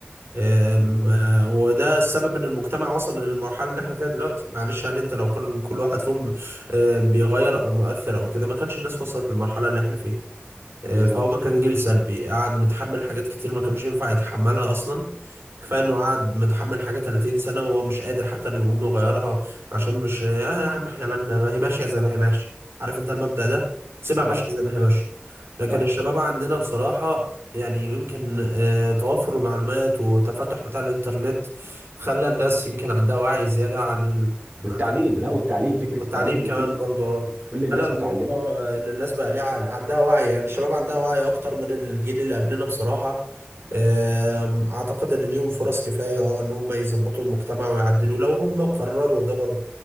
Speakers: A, on the right; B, on the right.
A: أم،
B: بالظبط
A: آه، وده السبب ان المجتمع وصل للمرحله اللي احنا فيها دلوقتي معلش يعني انت لو كان كل واحد فيهم آه، بيغير او مؤثر او كده ما كانش الناس وصلت للمرحله اللي احنا فيها آه،
B: بالظبط
A: فهو كان جيل سلبي قعد متحمل حاجات كتير ما كانش ينفع يتحملها اصلا كفايه انه قعد متحمل حاجه 30 سنه وهو مش قادر حتى انه يقوم يغيرها عشان مش آه، يا عم احنا مالنا ما هي ماشيه زي ما هي ماشيه عارف انت المبدأ ده سيبها
B: صح
A: ماشيه زي ما هي ماشيه لكن
B: صح
A: الشباب عندنا بصراحه يعني يمكن آه، توفر المعلومات والتفتح بتاع الانترنت خلى الناس يمكن عندها وعي زياده عن ال...
B: والتعليم
A: عن ال...
B: لا والتعليم فكره
A: والتعليم
B: التعليم ان
A: كمان
B: كل
A: برضه
B: كل الناس
A: خلى الموضوع
B: متعلمه
A: آه، ان الناس بقى ليها عقل- عندها وعي يعني الشباب عندها وعي اكتر من الجيل اللي قبلنا بصراحة آم، اعتقد ان ليهم فرص كفاية اه ان هم يظبطوا المجتمع ويعدلوه لو هم قرروا ده برضه